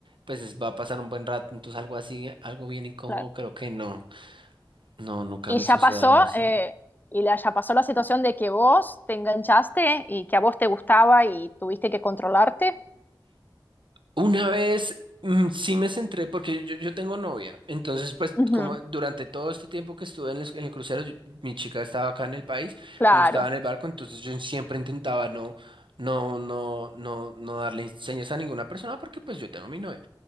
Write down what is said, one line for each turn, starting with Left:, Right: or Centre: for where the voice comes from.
Right: pues es- va a pasar un buen rato, entonces algo así, algo bien incómodo,
Left: Claro.
Right: creo que no, no, nunca
Left: Y
Right: me
Left: ya
Right: sucedió
Left: pasó,
Right: algo así.
Left: eh, y la, ya pasó la situación de que vos te enganchaste y que a vos te gustaba y tuviste que controlarte.
Right: Una vez mm, sí me centré, porque yo, yo tengo novia, entonces pues
Left: Ujú.
Right: como durante todo este tiempo que estuve en, los- en el crucero, yo- mi chica estaba acá en el país,
Left: Claro.
Right: pues yo estaba en el barco, entonces yo siempre intentaba no, no, no, no, no darle señas a ninguna persona porque pues yo tengo mi novia.